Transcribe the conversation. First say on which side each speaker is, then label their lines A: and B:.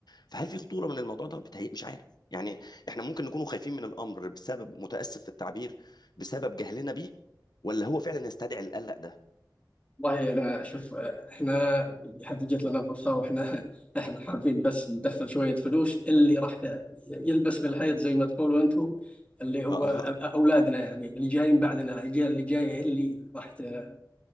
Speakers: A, on the left; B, on the left.
A: فهل في خطوره من الموضوع ده بتهيأ مش عارف يعني احنا ممكن نكونوا خايفين من الامر بسبب متاسف في التعبير بسبب جهلنا بيه ولا هو فعلا يستدعي القلق ده
B: والله انا شوف احنا هذه جت لنا فرصه واحنا <laughs> احنا حابين بس ندخل شويه فلوس اللي راح يلبس في الحيط زي ما تقولوا انتم اللي هو
A: آه.
B: أ- اولادنا يعني اللي جايين بعدنا الاجيال اللي جايه هي اللي راح ت-